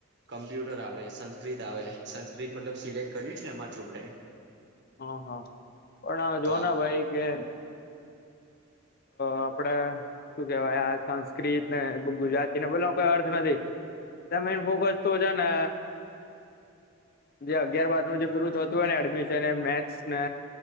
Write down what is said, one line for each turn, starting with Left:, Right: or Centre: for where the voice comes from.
Right: કમ્પ્યુટર આવે સં સંસ્કત આવે સંસ્કૃત મતલબ સિલેક્ટ કર્યું છે અમારા છોકરાએ.
Left: હા-હા પણ
Right: તો
Left: જોને
Right: આપ
Left: ભાઈ કે
Right: <inaudible>
Left: આપડે શું કેવાય આ સંસ્કૃત ને ગુજરાતી ને બલો કઈ અર્થ નથી. તમે ફોકસ તો છે ને. જે અગિયાર બાર નું જે પૂરું થતું હોય ને એડમિશન એ મેથ્સ ને.